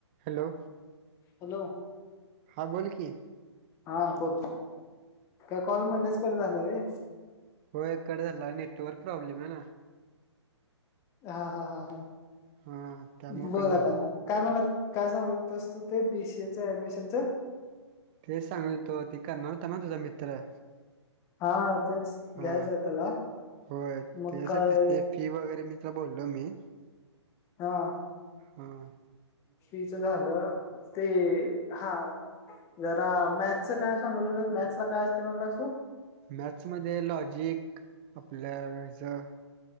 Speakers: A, on the right; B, on the left.
A: Hello.
B: Hello.
A: हां बोल की.
B: हा बोल का कॉल मध्येच कर झालं रे.
A: हो एक कडे झाला नेटवर्क प्रॉब्लम आहे ना.
B: हा हा हा हा
A: हा त्यामुळे
B: बोल
A: कट झाला
B: आता. काय मला काय सांगल असतो ते बीसीएच ऍडमिशनच.
A: तेच सांग तो ती करणार होता. ना तुझा मित्र.
B: हा तेच
A: हा
B: घ्यायचंय त्याला
A: होय त्याच्यासाठीच
B: मग काय.
A: ते फी वगैरे मी बोललो मी.
B: हा.
A: हम.
B: फ्रीच झालं ते हा. जरा मॅथच काय सांग मॅथस ला काय असते म्हणला तू.
A: मॅथ मध्ये लॉजिक आपल्याचं.